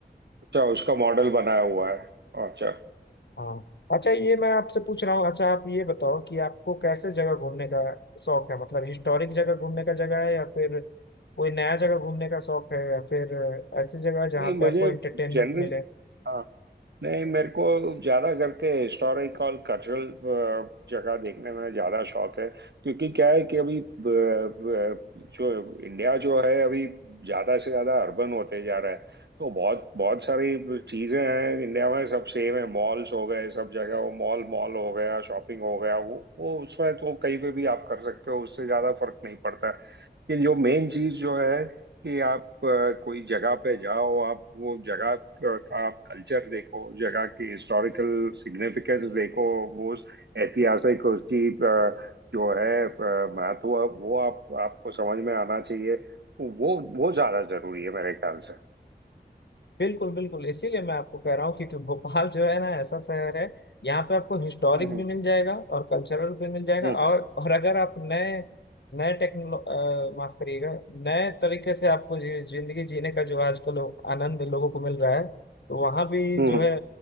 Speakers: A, on the right; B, on the left.
A: अच्छा उसका मॉडल बनाया हुआ है हाँ, अच्छा
B: हाँ अच्छा ये मैं आपसे पूछ रहा हूँ अच्छा आप ये बताओ कि आपको कैसे जगह घूमने का शौक है मतलब हिस्टोरिक जगह घूमने का जगह है या फिर कोई नया जगह घूमने का शौक है या फिर ऐसी जगह जहाँ
A: नहीं मुझे
B: पे आपको एंटरटेनमेंट
A: जनरल
B: मिले
A: हाँ नहीं मेरे को ज्यादा करके हिस्टोरिकल कल्चरल जगह देखने में ज्यादा शौक है क्योंकि क्या है कि अभी ब- ब- जो इंडिया जो है अभी ज्यादा से ज्यादा अर्बन होते जा रहा है तो बहुत बहुत सारी चीजें हैं इंडिया में सब सेम है मॉल्स हो गए सब जगह वो मॉल मॉल हो गया शॉपिंग हो गया वो वो उसमें तो कहीं पे भी आप कर सकते हो उससे ज्यादा फर्क नहीं पड़ता कि जो मेन चीज जो है कि आप अ, कोई जगह पे जाओ आप वो जगह का का आप कल्चर देखो जगह की हिस्टोरिकल सिग्निफिकेंस देखो वो ऐतिहासिक उसकी अ, जो है अ, महत्व वो आप आपको समझ में आना चाहिए वो वो ज्यादा जरूरी है मेरे ख्याल से
B: बिल्कुल बिल्कुल इसीलिए मैं आपको कह रहा हूँ क्योंकि भोपाल जो है ना ऐसा शहर है यहाँ पे आपको हिस्टोरिक
A: हम्म
B: भी मिल जाएगा और कल्चरल भी मिल जाएगा
A: हम्म
B: और और अगर आप नए नए टेक्नोलो अ, माफ करिएगा नए तरीके से आपको जी, जिंदगी जीने का जो आजकल लो, आनंद लोगों को मिल रहा है तो वहाँ भी
A: हम्म
B: जो है